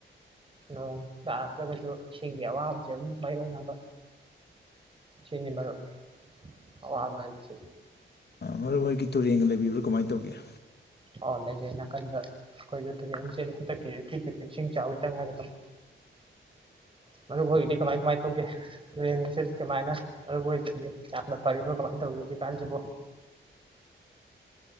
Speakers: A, on the right; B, on the left.
A: ꯅꯣꯡ ꯇꯥꯔꯛꯇ꯭ꯔꯒꯁꯨ ꯏꯁꯤꯡꯒꯤ ꯑꯋꯥꯕꯁꯦ ꯑꯗꯨꯝ ꯃꯥꯏꯌꯣꯛꯅꯕ ꯁꯤꯅꯤ ꯃꯔꯨꯞ ꯑꯋꯥꯕ ꯍꯥꯏꯕꯁꯦ
B: ꯃꯔꯨꯞ ꯍꯣꯏꯒꯤ ꯇꯨꯔꯦꯟꯒ ꯂꯩꯕꯤꯕ꯭ꯔꯥ ꯀꯃꯥꯏ ꯇꯧꯒꯦ
A: ꯑꯣ ꯂꯩꯖꯩ ꯅꯥꯀꯟꯗ ꯑꯩꯈꯣꯏꯒꯤ ꯇꯨꯔꯦꯟ ꯑꯃ ꯆꯦꯜꯂꯦ ꯍꯟꯗꯛꯀꯤ ꯏꯀꯨꯏ ꯀꯨꯏꯗꯔ꯭ꯤ ꯏꯁꯤꯡ ꯆꯥꯎꯕꯗ ꯉꯥꯏꯔꯤ ꯃꯔꯨꯞ ꯍꯣꯏꯗꯤ ꯀꯃꯥꯏ ꯀꯃꯥꯏ ꯇꯧꯒꯦ ꯅꯣꯡ ꯅꯨꯡꯁꯤꯠ ꯀꯃꯥꯏꯅ ‌ꯃꯔꯨꯞ ꯍꯣꯏꯗꯗꯤ ꯌꯥꯝꯅ ꯐꯔꯤꯕ꯭ꯔꯣ ꯀꯃꯥꯏꯅ ꯇꯧꯔꯤ ꯍꯧꯖꯤꯛ ꯀꯥꯟꯁꯤꯕꯨ